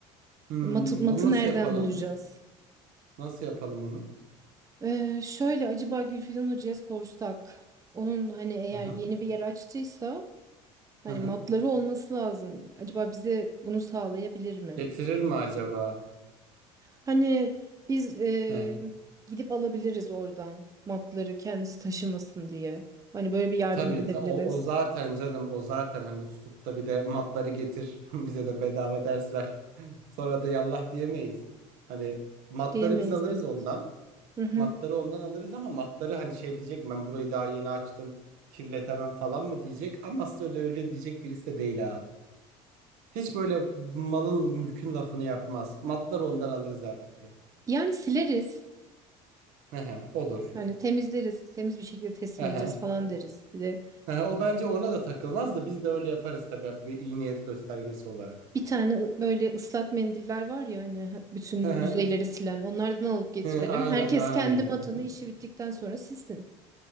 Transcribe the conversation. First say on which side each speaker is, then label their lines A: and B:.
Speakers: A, on the right (about 80°); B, on the right (about 25°).
A: Hmm,
B: Matı, matı
A: onu nasıl
B: nereden
A: yapalım?
B: bulacağız?
A: Nasıl yapalım onu?
B: Ee, şöyle acaba Gülfidan Hoca'ya sorsak onun hani eğer
A: Hı hı.
B: yeni bir yer açtıysa hani
A: Hı hı.
B: matları olması lazım. Acaba bize bunu sağlayabilir mi?
A: Getirir mi acaba?
B: Hani biz e,
A: Heh.
B: gidip alabiliriz oradan matları kendisi taşımasın diye. Hani böyle bir yardım
A: Tabii
B: edebiliriz.
A: ta- o, o zaten canım o zaten hani tutup da bir de matları getir <laughs> bize de bedava ders ver. Sonra da yallah diyemeyiz. Hani matları
B: Diyemeyiz
A: biz alırız
B: evet.
A: ondan.
B: Hı hı.
A: Matları ondan alırız ama matları hani şey diyecek ben burayı daha yeni açtım kirletemem falan mı diyecek. Ama aslında öyle, öyle diyecek birisi de değil ha. Hiç böyle malın mülkün lafını yapmaz. Matları ondan alırız her türlü.
B: Yani sileriz.
A: Ehe, olur.
B: Hani temizleriz. Temiz bir şekilde teslim
A: Ehe.
B: edeceğiz falan deriz. Bir de
A: Ehe, o bence ona da takılmaz da biz de öyle yaparız tabii bir iyi niyet göstergesi olarak.
B: Bir tane ı- böyle ıslak mendiller var ya hani bütün
A: Ehe.
B: yüzeyleri silen onlardan alıp getirelim.
A: Hı, Hı, aynen
B: Herkes
A: aynen.
B: kendi matını
A: Hı hı.
B: işi bittikten sonra silsin.